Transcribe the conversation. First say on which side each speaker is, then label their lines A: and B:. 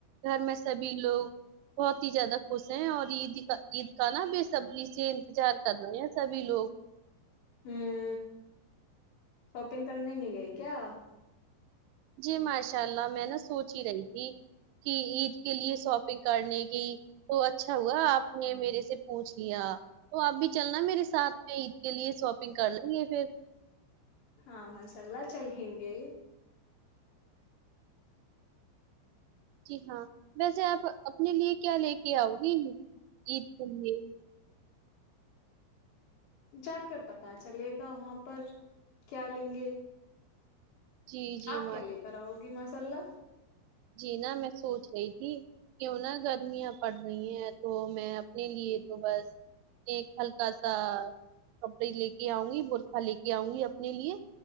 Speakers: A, on the right; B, on the left.
A: گھر میں سبھی لوگ بہت ہی زیادہ خوش ہیں اور عید کا عید کا نا بے صبری سے انتظار کر رہے ہیں سبھی لوگ
B: ہوں شاپنگ کرنے نہیں گئے کیا
A: جی ماشاء اللہ میں نا سوچ ہی رہی تھی کہ عید کے لیے شاپنگ کرنے کی تو اچھا ہوا آپ نے میرے سے پوچھ لیا تو آپ بھی چلنا میرے ساتھ میں عید کے لیے شاپنگ کر لیں گے پھر
B: ہاں ماشاء اللہ چلے گے
A: جی ہاں ویسے آپ اپنے لیے کیا لے کے آؤ گی عید کے لیے
B: جا کر پتا چلے گا وہاں پر کیا لیں گے
A: جی جی
B: آپ
A: ماں
B: کیا لے کر آؤ گی ماشاءاللہ
A: جی نا میں سوچ رہی تھی کیوں نہ گرمیاں پڑ رہی ہیں تو میں اپنے لیے تو بس ایک ہلکا سا کپڑے لے کے آؤں گی بورخا لے کے آؤں گی اپنے لیے